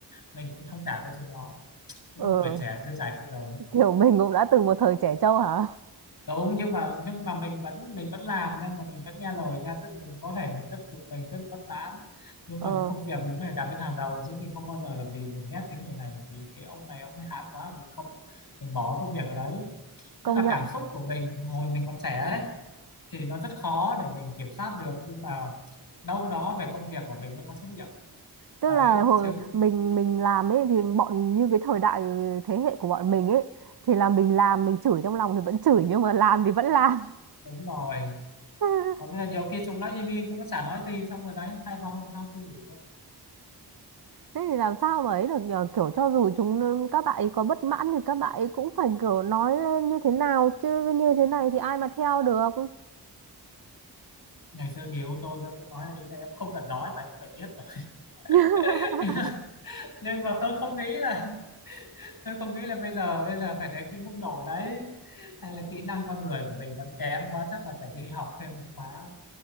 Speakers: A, on the left; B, on the right.
A: mình cũng thông cảm với chúng nó đúng
B: Ừ.
A: không? tuổi trẻ chưa trải sự đời
B: kiểu mình cũng đã từng một thời trẻ trâu hả
A: đúng nhưng mà nhưng mà mình vẫn mình vẫn làm nhưng mà mình vẫn nghe lời nha tức là mình có thể mình rất bực mình rất là bất mãn nhưng
B: ờ
A: mà cái công việc mình phải đặt lên hàng đầu chứ mình không bao giờ là vì mình ghét cái người này vì cái ông này ông ấy hãm quá mình không mình bỏ công việc ở đấy tức
B: công
A: là
B: nhận
A: cảm xúc của mình hồi mình còn trẻ ấy thì nó rất khó để mình kiểm soát được nhưng mà đâu đó về công việc của mình vẫn có trách nhiệm
B: tức
A: đấy
B: là hồi
A: chứ
B: mình mình làm ấy thì bọn như cái thời đại thế hệ của bọn mình ấy thì là mình làm mình chửi trong lòng thì vẫn chửi nhưng mà làm thì vẫn làm
A: đúng rồi
B: <laughs>
A: còn bây giờ nhiều khi chúng nó im im chúng nó chả nói gì xong rồi đấy hai ba hôm sau suy nghĩ quá
B: thế thì làm sao mà ấy được nhờ kiểu cho dù chúng các bạn ấy có bất mãn thì các bạn ấy cũng phải kiểu nói lên như thế nào chứ như thế này thì ai mà theo được
A: ngày xưa người yêu tôi tôi cũng nói là ý là em không cần nói mà cũng phải biết rồi
B: <laughs>
A: <laughs> nhưng mà tôi không nghĩ là tôi không nghĩ là bây giờ bây giờ phải đến cái mức độ đấy hay là kỹ năng con người của mình vẫn kém quá chắc là phải đi học thêm một khóa